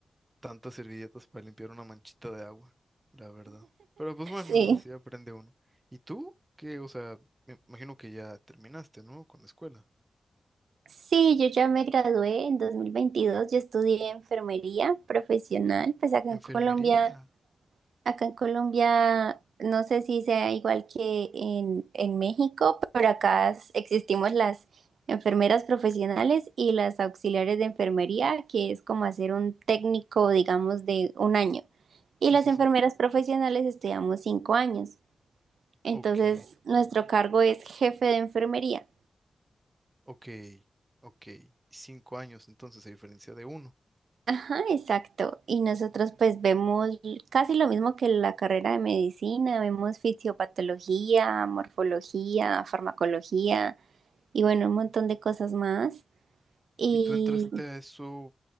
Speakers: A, on the right; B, on the right.
A: tantas servilletas para limpiar una manchita de agua, la verdad. Pero pues bueno,
B: Sí.
A: así aprende uno. ¿Y tú? ¿Qué? O sea, me imagino que ya terminaste, ¿no? Con la escuela.
B: Sí, yo ya me gradué en 2022. yo estudié enfermería profesional, pues acá en
A: ¿Enfermería?
B: Colombia
A: Ah,
B: Acá en Colombia, no sé si sea igual que en, en México, pero acá s- existimos las enfermeras profesionales y las auxiliares de enfermería, que es como hacer un técnico, digamos, de un año. Y
A: Sí,
B: las
A: sí,
B: enfermeras
A: sí.
B: profesionales estudiamos cinco años. Entonces,
A: Ok,
B: nuestro cargo es jefe de enfermería.
A: ok, ok. Cinco años entonces, a diferencia de uno.
B: Ajá, exacto. Y nosotros pues vemos casi lo mismo que la carrera de medicina, vemos fisiopatología, morfología, farmacología y bueno, un montón de cosas más. Y
A: ¿Y tú entraste a eso